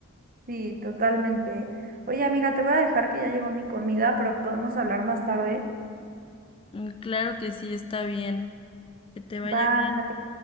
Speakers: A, on the right; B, on the left.
A: Sí, totalmente. Oye, amiga, te voy a dejar que ya llegó mi comida, pero podemos hablar más tarde.
B: Mm, Claro que sí, está bien. Que te vaya
A: Bye.
B: bien.